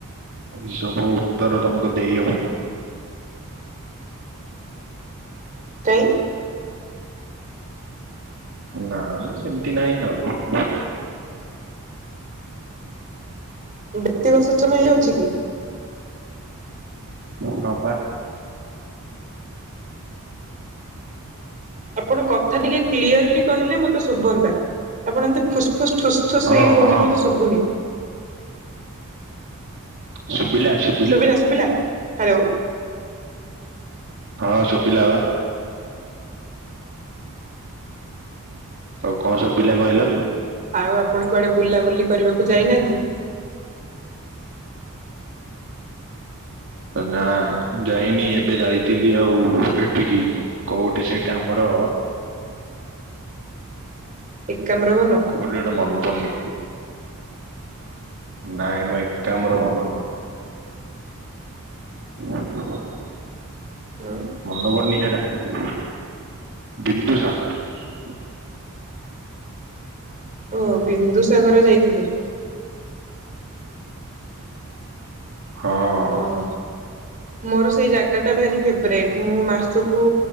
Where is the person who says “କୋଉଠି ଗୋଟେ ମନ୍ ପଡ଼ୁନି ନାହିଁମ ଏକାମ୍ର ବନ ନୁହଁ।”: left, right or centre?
Right